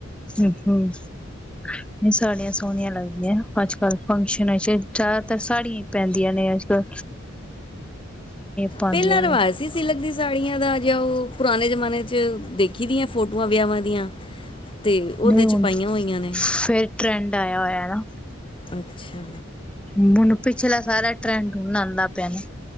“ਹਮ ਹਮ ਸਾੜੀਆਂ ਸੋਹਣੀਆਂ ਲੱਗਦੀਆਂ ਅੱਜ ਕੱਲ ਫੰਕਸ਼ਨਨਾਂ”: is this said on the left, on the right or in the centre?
Centre